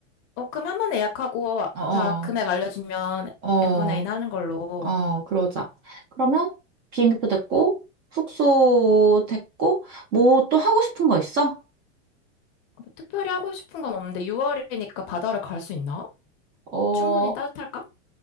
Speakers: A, on the left; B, on the right.
A: 어, 그럼 한 번 예약하고
B: 어,
A: 다 금액 알려주면
B: 어, 어,
A: n분의 인 하는 걸로. 어,
B: 어, 그러자. 그러면, 비행기표 됐고, 숙소 됐고, 뭐 또 하고 싶은 거 있어?
A: 뭐 특별히 하고 싶은 건 없는데 6월이니까 바다를 갈 수 있나?
B: 어,
A: 충분히 따뜻할까?